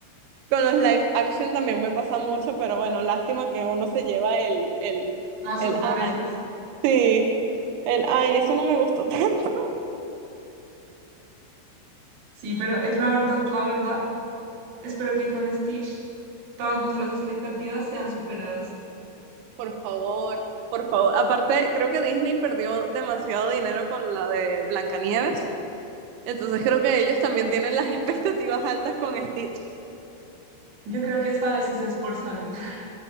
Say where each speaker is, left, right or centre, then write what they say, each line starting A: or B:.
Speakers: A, on the right; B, on the right.
A: Con los live action también me pasa mucho, pero bueno, lástima que uno se lleva el, el,
B: Las
A: el,
B: sorpresas.
A: ay, sí, el, ay, eso no me gustó <laughs> tanto.
B: Sí, pero es la verdad, la verdad. Espero que con Stitch todas nuestras expectativas sean superadas.
A: Por favor, por favor. Aparte, creo que Disney perdió demasiado dinero con la de Blancanieves. Entonces creo que ellos también tienen las <laughs> expectativas altas con Stitch.
B: Yo creo que esta vez sí se esforzaron. <laughs>